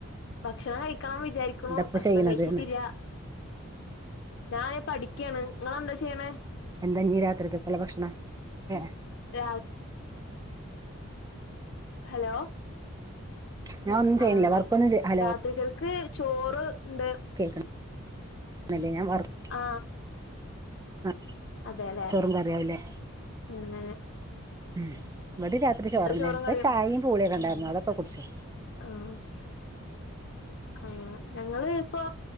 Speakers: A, on the left; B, on the right.
A: ഭക്ഷണം കഴിക്കാ വിചാരിക്ക കണോ
B: എന്താപ്പ
A: ഭക്ഷണം
B: ചെയ്യണത്ന്ന്
A: കഴിച്ചിട്ടില്ല ഞാന് പഠിക്കാണ് നിങ്ങളെന്താ ചെയ്യണ്
B: എന്താ ഇഞ്ഞി രാത്രി ക്കുള ഭക്ഷണം ഏ
A: രാ ഹലോ
B: ഞൻ ഒന്നും ചെയ്യണില്ല
A: ആഹ്
B: വർക്കൊന്നും ഹലോ
A: രാത്രികൾക്ക് ചോറ് ഉണ്ട്
B: കേക്ക അന്നല്ല ഞാൻ വർ <unintelligible>
A: ആ
B: ആ
A: അതെല്ലേ
B: ചോറും കറിയാവുല്ലേ
A: പിന്നെ
B: ഉം ഇവിടെ രാത്രി ചോറിനെ
A: ചോറും
B: ഇപ്പൊ
A: കറിയും
B: ചായയും പൂളിയൊക്കെ ഉണ്ടായിരുന്നു അതൊക്കെ കുടിചു
A: ആഹ ആ ഞങ്ങള് ഇപ്പൊ